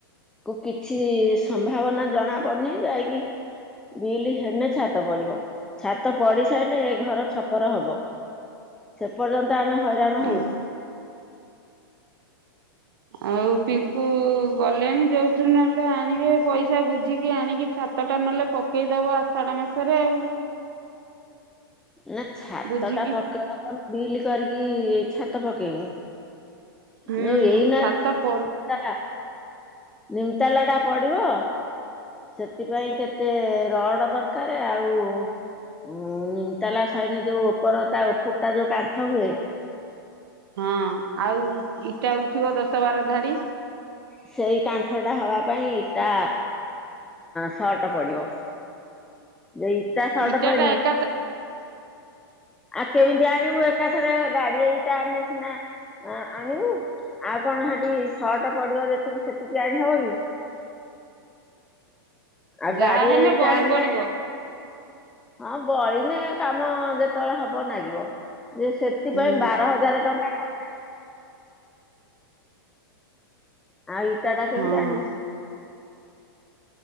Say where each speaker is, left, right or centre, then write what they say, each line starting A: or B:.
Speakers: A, in the centre; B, on the right.
A: କିଛି ସମ୍ଭାବନା ଜଣା ପଡୁନି ଯାଇକି -- ବିଲ ହେନେ ଛାତ ପଡିବ, ଛାତ ପଡି ସାଇନେ ଏ ଘର ଛପର ହବ। ସେ ପର୍ଯ୍ୟନ୍ତ ଆମେ ହଇରାଣ
B: ଆଉ
A: ହଉଛୁ।
B: ଆଉ ପିଙ୍କୁ ଗଲେଣି ଯେଉଠୁ ନହେଲେ ଆଣିବେ ପଇସା ବୁଝିକି ଆଣିକି ଛାତଟା ନଲେ ପକ ପକେଇଦବ ଆଷାଢ ମାସରେ ଆଉ
A: ନା ଛାତ
B: ବୁଝିକି
A: ଟା ପକେଇବା କଣ ବିଲ କରିକି ଛାତ ପକେଇବୁ
B: ହୁଁ
A: ଯୋଉ ଏଇ ନା
B: ଛାତ ପ
A: ନିମତାଲା ନିମତାଲା ଟା ପଡିବ। ସେଥିପାଇଁ କେତେ ରଡ଼ ଦରକାର ଆଉ ହୁଁ ନିଉଉ୍ଟ୍ରାଲ ସଇଲେ ଯଉ ଉପର ତା ଉପରଟା ଯେୋଉ କାନ୍ଥ ହୁଏ
B: ହଁ ଆଉ ଇଟା ଉଠିବ ଦଶ ବାର ଧାଡି।
A: ସେଇ କାନ୍ଥଟା ହେବା ପାଇଁ ଇଟା ସର୍ଟ ପଡ଼ିବ। ଏଇ ଇଟା ସଟ
B: ଇଟାଟା
A: ପଇନେ
B: ଏକା <inaudible>
A: ଆ କେମିତି ଆଣିବୁ ଏକାଥର ଗାଡି ଏଇ ଇଟା ଆଣିଲେ ସିନା ଆଣିବୁ ଆଉ କଣ ସେଠି ସଟ ପଡିବ ଯେତିକି ସେତିକି ଆଣିହବ କି? ଆଉ
B: ଯାହା
A: ଗାଡି
B: ହେନେ
A: ଏଇଟା
B: ବଳି
A: ଆଣିଲେ
B: ପଡିବ।
A: ହଁ ବଳିିନେ କାମ ଯେତେବେଳେ ହବ ଲାଗିବ ଯେ ସେ ସେଥିପାଇଁ
B: ହୁଁ
A: ବାର ହଜାର ଟଙ୍କା ଖା ଆଉ ଇଟା ଟା କେମିତି
B: ହଁ
A: ଆଣିବୁ?